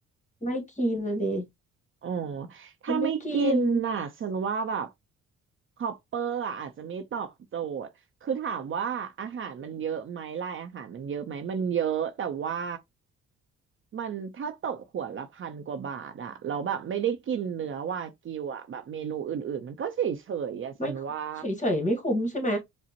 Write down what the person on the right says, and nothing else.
อ๋อถ้าไม่กินน่ะฉันว่าแบบ
คอปเปอร์อะอาจจะไม่ตอบโจทย์ คือถามว่าอาหารมันเยอะไหมรายอาหารมันเยอะไหม มันเยอะแต่ว่ามันถ้าตกหัวละพันกว่าบาทอะเราแล้วแบบไม่ได้กินเนื้อวากิวอะแบบเมนูอื่นๆมันก็เฉยๆอะฉันว่า